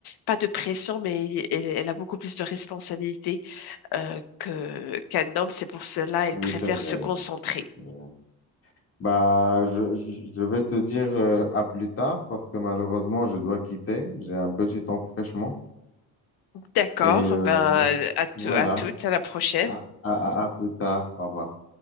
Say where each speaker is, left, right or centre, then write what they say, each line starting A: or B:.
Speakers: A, on the left; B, on the left.
A: pas de pression, mais il- elle, elle a beaucoup plus de responsabilités euh, que, qu'un homme. C'est pour cela elle
B: Oui,
A: préfère
B: c'est vrai.
A: se concentrer.
B: c'est vrai. Bah, je, je je vais te dire euh, à plus tard parce que malheureusement, je dois quitter. J'ai un petit empêchement.
A: D'accord,
B: Et euh,
A: ben, à, tou-
B: voilà,
A: à toutes, à la prochaine.
B: à, à, à à plus tard. Au revoir.